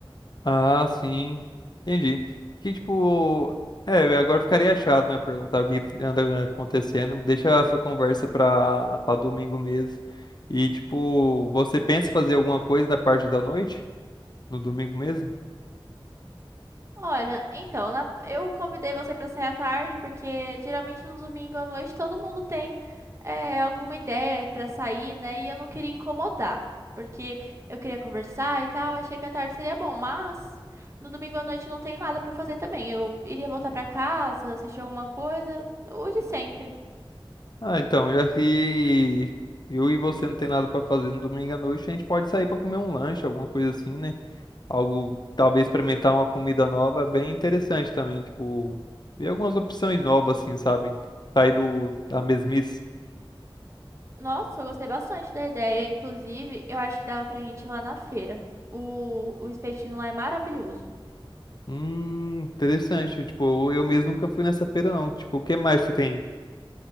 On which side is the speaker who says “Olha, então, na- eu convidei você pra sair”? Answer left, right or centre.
Right